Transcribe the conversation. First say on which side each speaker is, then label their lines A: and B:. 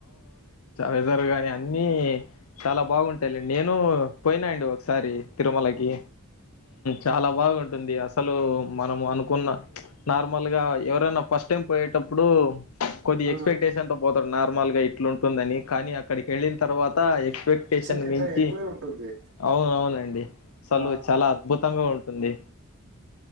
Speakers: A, on the left; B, on the right.
A: రజర్ గాని అన్ని చాలా బాగుంటాయిలండి నేను పోయినా అండి ఒకసారి తిరుమలకి చాలా బాగుంటుంది అసలు మనము అనుకున్న నార్మల్ గా ఎవరైనా ఫస్ట్ టైం పోయేటప్పుడు కొద్ది
B: ఆ
A: ఎక్స్పెక్టేషన్ తో పోతాడు నార్మల్ గా ఇట్లుంటుందని కానీ అక్కడికి వెళ్ళిన తర్వాత అ ఎక్స్పెక్టేషన్
B: కంటే
A: మించి
B: ఎక్కువే ఉంటుంది
A: అవున అవునండి అసలు
B: ఆ
A: చాలా అద్భుతంగా ఉంటుంది